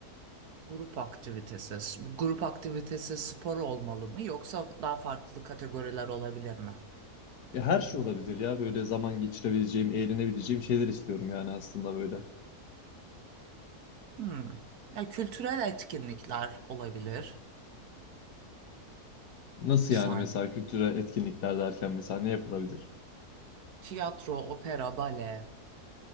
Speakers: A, on the right; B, on the left.
A: Grup aktivitesi. S- Bu grup aktivitesi spor olmalı mı yoksa daha farklı kategoriler olabilir mi?
B: Ya her şey olabilir ya böyle zaman geçirebileceğim, eğlenebileceğim şeyler istiyorum yani aslında böyle.
A: Hmm. Ya, kültürel etkinlikler olabilir
B: Nasıl
A: sanki.
B: yani mesela kültürel etkinlikler derken mesela ne yapılabilir?
A: Tiyatro, opera, bale,